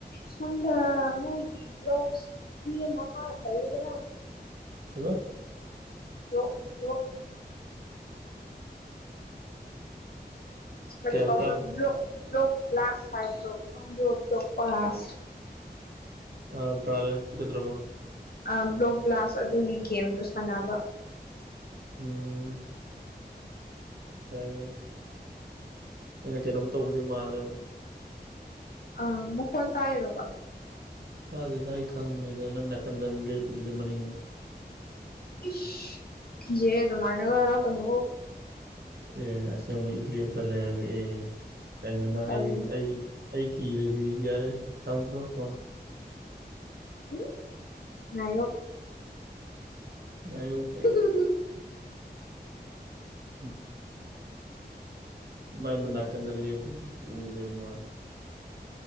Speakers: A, on the left; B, on the right.
A: ꯁꯣꯝꯗ ꯃꯣꯏꯒꯤ ꯕ꯭ꯂꯣꯛꯁꯀꯤ ꯒꯦꯝ ꯑꯃ ꯂꯩꯌꯦꯗ꯭ꯅꯥ
B: ꯀꯩꯕ
A: ꯭ꯂꯣ ꯕ꯭ꯂꯣꯛꯀꯤ <inaudible> ꯑꯁ ꯀꯔꯤ
B: ꯀꯩ ꯍꯥꯏꯕ
A: ꯀꯧꯕꯔꯥ
B: ꯇꯥꯗ꯭ꯔꯦ
A: ꯕꯂꯣ꯭ꯛ ꯕꯂꯣ꯭ꯛ ꯕꯂꯥꯁ ꯍꯥꯏꯕꯔꯣ ꯈꯪꯕ꯭ꯔꯣ ꯕꯂꯣ꯭ꯛ ꯕꯥꯁ
B: ꯑ ꯇꯥꯔꯦ ꯑꯗꯨ ꯀꯩꯗꯧꯔꯕ
A: ꯑ ꯕ꯭ꯂꯣꯛ ꯕ꯭ꯂꯥꯁ ꯑꯗꯨꯒꯤ ꯒꯦꯝꯗꯣ ꯁꯥꯟꯅꯕ
B: ꯎꯝ ꯇꯥꯏꯌꯦ ꯑꯩꯅ ꯀꯩꯅꯣꯝ ꯇꯧꯕꯗꯤ ꯃꯥꯜꯂꯦꯕ
A: ꯑꯥ ꯃꯈꯣꯟ ꯇꯥꯏꯔꯣꯕ
B: ꯇꯥꯗꯦꯗ ꯑꯩ ꯈꯪꯕꯅꯤꯗ ꯅꯪ ꯅꯥꯀꯟꯗ ꯎꯝ ꯂꯦꯞꯄꯤꯖꯤꯗꯤ ꯃꯅꯤꯡꯗ
A: ꯏꯁ ꯀꯤꯖꯩꯌꯦ ꯑꯗꯨꯃꯥꯏꯅꯒ ꯍꯥꯏꯔꯛꯀꯅꯣ
B: ꯑꯦ ꯑꯁꯦꯡꯕ ꯏ ꯂꯦꯞꯄ ꯂꯩꯔꯒ ꯑꯦ ꯀꯩꯅꯣ ꯅꯪ
A: ꯇꯜꯂꯤ
B: ꯑꯩ ꯑꯩ ꯑꯩ ꯀꯤꯔꯗꯤ ꯌꯥꯔꯦ ꯊꯝꯈ꯭ꯔꯣ ꯐꯣꯟ
A: ꯎꯝ ꯉꯥꯏꯌꯣ
B: ꯉꯥꯏꯌꯣ ꯀꯥꯏ
A: ꯍꯝ ꯍꯝ
B: ꯎꯝ ꯃꯥꯏ ꯃꯅꯥꯀꯟꯗ ꯂꯦꯞꯄꯖꯦ ꯎꯗꯕꯩ ꯋꯥꯅꯦ